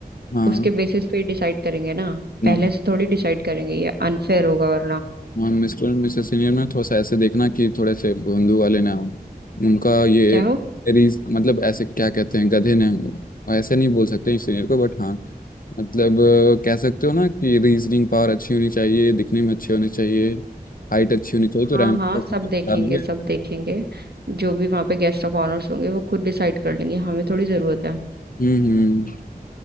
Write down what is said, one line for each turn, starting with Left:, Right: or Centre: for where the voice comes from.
Left: हाँ
Right: उसके बेसिस पे ही डिसाइड करेंगे ना
Left: ना
Right: पहले से थोड़ी डिसाइड करेंगे ये अनफेयर होगा वरना
Left: हाँ मिस्टर एंड मिसेस सीनियर में थोड़ा सा ऐसे देखना कि थोड़े से भोंदू वाले ना हो उनका ये
Right: क्या हो
Left: रीज मतलब ऐसे क्या कहते हैं गधे ना हो और ऐसे नहीं बोल सकते इस सीनियर को बट हाँ मतलब अ, कह सकते हो ना कि रीजनिंग पावर अच्छी होनी चाहिए दिखने में अच्छे होने चाहिए हाइट अच्छी होनी चाहिए तो
Right: हाँ
Left: रैंक
Right: हाँ
Left: तक
Right: सब देखेंगे
Left: डालेंगे
Right: सब देखेंगे जो भी वहां पे गेस्ट ऑफ ऑनर्स होंगे वो खुद डिसाइड कर लेंगे हमें थोड़ी जरूरत
Left: हम्म हम्म